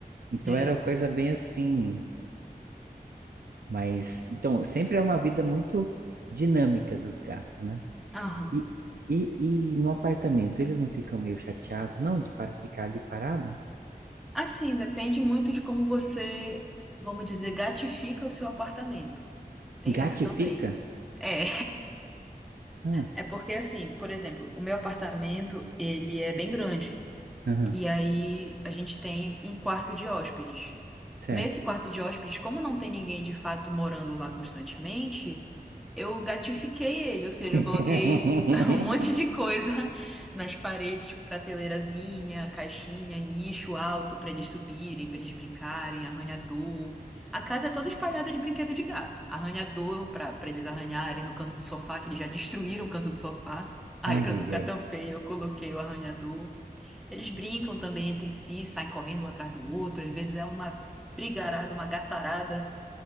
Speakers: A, on the right (about 75°); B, in the centre.
A: Então
B: Eita.
A: era uma coisa bem assim, mas então sempre é uma vida muito dinâmica dos gatos, né?
B: Aham.
A: E, e, e no apartamento, eles não ficam meio chateados, não, de pa- ficar ali parado?
B: Assim, depende muito de como você, vamos dizer, gatifica o seu apartamento. Tem
A: Gatifica?
B: isso também. É.
A: Ah,
B: É porque assim, por exemplo, o meu apartamento, ele é bem grande.
A: aham,
B: E aí a gente tem um quarto de hóspedes.
A: certo.
B: Nesse quarto de hóspedes, como não tem ninguém de fato morando lá constantemente, eu gatifiquei ele, ou seja,
A: <laughs>
B: eu coloquei <laughs> um monte de coisa nas paredes, tipo prateleirazinha, caixinha, nicho alto para eles subirem, para eles brincarem, arranhador. A casa é toda espalhada de brinquedo de gato. Arranhador para para eles arranharem no canto do sofá, que eles já destruíram o canto do sofá. Aí,
A: Ai,
B: para não
A: ai,
B: ficar
A: ai.
B: tão feio, eu coloquei o arranhador. Eles brincam também entre si, saem correndo um atrás do outro, às vezes é uma brigarada, uma gatarada.